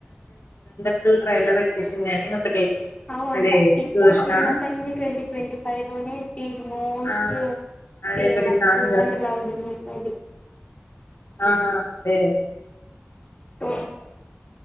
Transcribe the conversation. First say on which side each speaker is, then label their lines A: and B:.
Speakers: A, on the left (about 80°); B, on the left (about 30°).
A: కుట్టూ ట్రైలర్ వచ్చేసింది అని ఒకటి
B: అవు అంట
A: అదే
B: పిక్చ
A: చూసినా
B: ఫేమస్ అయింది ట్వంటీ ట్వంటీ ఫైవ్ లోనే ది మోస్ట్
A: ఆ అదే
B: ఫేమస్
A: ఒకటి సాంగ్
B: వడ్నికి లవ్ ఉడుది
A: ఆ డె
B: తొ